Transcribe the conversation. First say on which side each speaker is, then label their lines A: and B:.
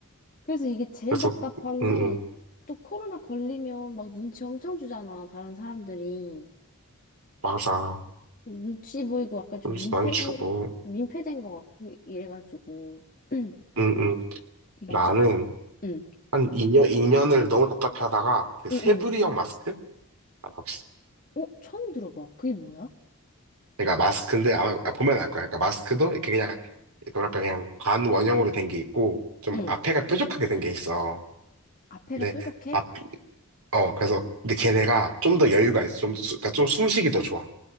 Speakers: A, on the left (about 40°); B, on the right (about 80°).
A: 그래서 이게 제일
B: 그래서,
A: 답답한데,
B: 응응.
A: 또 코로나 걸리면 막 눈치 엄청 주잖아, 다른 사람들이.
B: 맞아.
A: 눈치 보이고 약간 좀
B: 좀
A: 민폐된,
B: 많이 주고.
A: 민폐된 것 같고, 이래가지고. <clears throat>
B: 응, 응.
A: 맞아.
B: 나는
A: 응,
B: 한 2년, 이년을 너무 답답해하다가 그 세부리형
A: 응, 응.
B: 마스크? 아, 혹시
A: 어, 처음 들어봐. 그게 뭐야?
B: 그러니까 마스크인데 아마 아, 보면 알 거야. 그러니까 마스크도 이렇게 그냥 뭐랄까 그냥 반원형으로 된 게 있고 좀
A: 응.
B: 앞에가 뾰족하게 된 게 있어.
A: 앞에가
B: 근데
A: 뾰족해?
B: 앞, 어 그래서 근데 걔네가 좀 더 여유가 있어. 좀 수- 그러니까 좀 숨쉬기 더 좋아.